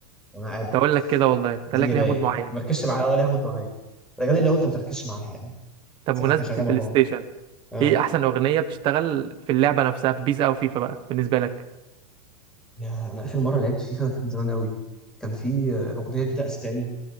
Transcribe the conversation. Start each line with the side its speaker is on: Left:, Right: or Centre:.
Centre: وانا قاعد
Right: تقول
Centre: في-
Right: لك كده والله تقول
Centre: مزاجي
Right: لك
Centre: رايق
Right: ليها مود معين
Centre: ما بركزش معاها ولا هموت معايا الاغاني اللي هو انت ما بتركزش معاها يعني
Right: طب
Centre: سيبها
Right: بمناسبة
Centre: كده شغاله
Right: البلاي
Centre: وخلاص
Right: ستيشن
Centre: اه
Right: إيه أحسن أغنية بتشتغل في اللعبة نفسها في بيس أو فيفا بقى بالنسبة لك؟
Centre: يا انا اخر مره لعبت فيفا ده كان من زمان قوي كان في آه، اغنيه كده اسباني ما